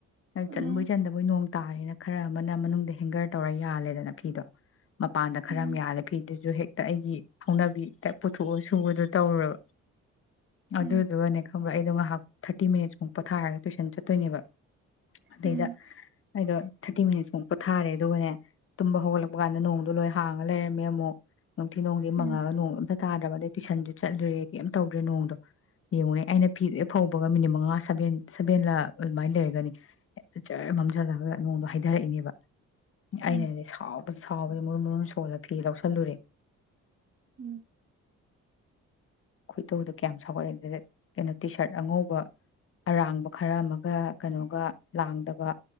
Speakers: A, on the left; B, on the right.
A: ꯆꯟꯕꯣꯏ
B: ꯎꯝ
A: ꯆꯟꯗꯕ ꯑꯩꯈꯣꯏ ꯅꯣꯡ ꯇꯥꯔꯦꯅ ꯈꯔ ꯑꯃꯅ ꯃꯅꯨꯡꯗ ꯍꯦꯡꯒꯔ ꯇꯧꯔ ꯌꯥꯜꯂꯦꯗꯅ ꯐꯤꯗꯣ ꯃꯄꯥꯟꯗ ꯈꯔ
B: ꯎꯝ
A: ꯑꯃ ꯌꯥꯜꯂꯦ ꯐꯤꯗꯨꯁꯨ ꯍꯦꯛꯇ ꯑꯩꯒꯤ ꯍꯧꯅꯕꯤ ꯄꯨꯊꯣꯛꯑ ꯁꯨꯕꯗꯣ ꯇꯧꯔꯨꯔꯥꯕ ꯑꯗꯨꯗꯨꯒꯅꯦ
B: ꯎꯝ
A: ꯈꯪꯕꯔ ꯑꯩꯗꯣ ꯉꯥꯏꯍꯥꯛ ꯊꯥꯔꯇꯤ ꯃꯤꯅꯨꯠꯃꯨꯛ ꯄꯣꯊꯔꯒ ꯇꯨꯏꯁꯟ ꯆꯠꯂꯦ ꯆꯠꯇꯣꯏꯅꯦꯕ ꯑꯗꯩꯗ
B: ꯎꯝ
A: ꯑꯩꯗꯣ ꯊꯥꯔꯇꯤ ꯃꯤꯅꯤꯠꯁꯃꯨꯛ ꯄꯣꯊꯥꯔꯦ ꯑꯗꯨꯒꯅꯦ ꯇꯨꯝꯕ ꯍꯧꯒꯠꯂꯛꯄ ꯀꯥꯟꯗ ꯅꯣꯡ ꯂꯣꯏ ꯍꯥꯡꯉꯒ ꯂꯩꯔꯝꯃꯦ ꯑꯃꯨꯛ ꯅꯨꯡꯊꯤ ꯅꯨꯡꯗꯤ
B: ꯎꯝ
A: ꯃꯪꯉꯒ ꯅꯣꯡ ꯑꯝ ꯇꯥꯗ꯭ꯔꯕ ꯑꯗꯩ ꯇꯨꯏꯁꯟꯁꯨ ꯆꯠꯂꯨꯔꯦ ꯀꯩꯝꯇ ꯇꯧꯗ꯭ꯔꯦ ꯅꯣꯡꯗꯣ ꯌꯦꯡꯉꯨꯅꯦ ꯑꯩꯅ ꯐꯤꯗꯣ ꯍꯦꯛ ꯐꯧꯕꯒ ꯃꯤꯅꯤꯠ ꯃꯉꯥ ꯁꯕꯦꯟ ꯁꯕꯦꯟꯂ ꯑꯗꯨꯃꯥꯏꯅ ꯂꯩꯔꯒꯅꯤ ꯍꯦꯛꯇ ꯖꯔꯥ ꯃꯝꯖꯂꯒ ꯅꯣꯡꯗꯣ ꯍꯥꯏꯊꯔꯛꯏꯅꯦꯕ ꯑꯩꯅꯅꯤ
B: ꯎꯝ
A: ꯁꯥꯎꯕꯗ ꯁꯥꯎꯔꯒ ꯃꯔꯨꯝ ꯃꯔꯨꯝ ꯁꯣꯜꯂ ꯐꯤ ꯂꯧꯁꯜꯂꯨꯔꯦ
B: ꯎꯝ
A: ꯈꯣꯏ ꯇꯧꯗꯣ ꯀꯌꯥꯝ ꯁꯥꯎꯒꯠꯂꯦ ꯑꯗꯨꯗ ꯀꯩꯅꯣ ꯇꯤ ꯁꯥꯔꯠ ꯑꯉꯧꯕ ꯑꯔꯥꯡꯕ ꯈꯔ ꯑꯃꯒ ꯀꯩꯅꯣꯒ ꯂꯥꯡꯗꯕ